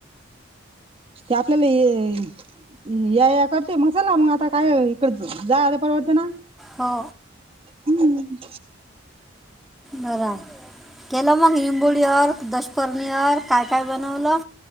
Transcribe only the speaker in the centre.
हो.
बरं हाय, केलं मग लिंबोळीवर, दशफर्णीवर काय- काय बनवलं.